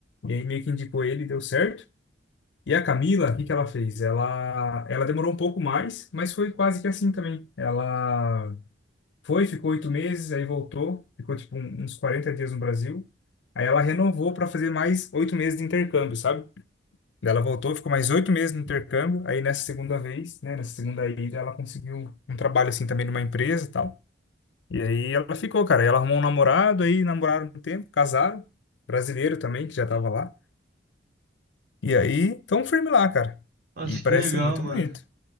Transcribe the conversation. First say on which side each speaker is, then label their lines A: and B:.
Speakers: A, on the left; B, on the right.
A: E aí meio que indicou ele, deu certo. E a Camila, o que que ela fez? Ela, ela demorou um pouco mais, mas foi quase que assim também. Ela foi, ficou oito meses, aí voltou, ficou tipo um- uns 40 dias no Brasil. Aí ela renovou para fazer mais oito meses de intercâmbio, sabe? Daí Ela voltou, ficou mais oito meses no intercâmbio. Aí nessa segunda vez, né, nessa segunda ida, ela conseguiu um trabalho assim também numa empresa e tal. E aí ela ficou, cara. Aí ela arrumou um namorado, aí namoraram um tempo, casaram, brasileiro também, que já tava lá. E aí tão firme lá, cara.
B: Nossa,
A: E parece
B: que legal,
A: ser muito
B: mano.
A: bonito.